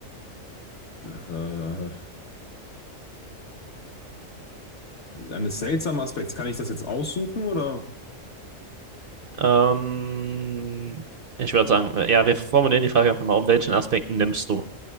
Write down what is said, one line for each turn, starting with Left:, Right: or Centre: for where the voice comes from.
Left: Äh, eines seltsamen Aspekts. Kann ich das jetzt aussuchen oder?
Right: Ähm, ich würde sagen, ja, wir formulieren die Frage einfach mal, um welchen Aspekten nimmst du?